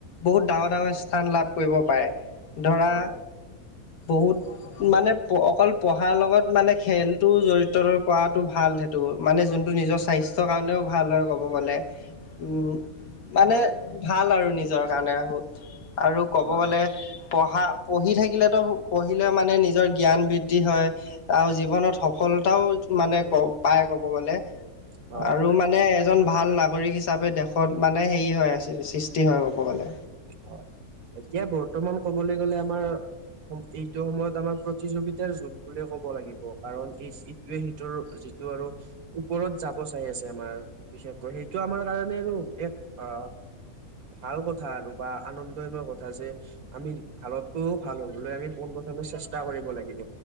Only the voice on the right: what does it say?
হয়
হয়
হয়
হয়
হয়
হয়, এতিয়া বৰ্তমান ক'বলৈ গ'লে আমাৰ এইটো সময়ত আমাৰ প্ৰতিযোগিতাৰ যুগ বুলিয়ে ক'ব লাগিব, কাৰণ এই চিট টোৰ যিটো আৰু ওপৰত যাব চাই আছে আমাৰ, বিশেষকৈ সেইটো আমাৰ কাৰণে আৰু এক আ ভাল কথা আৰু বা, আনন্দময় কথা যে আমি ভালতকৈও ভাল হ'বলৈ আমি পোনপ্ৰথমে চেষ্টা কৰিব লাগিব।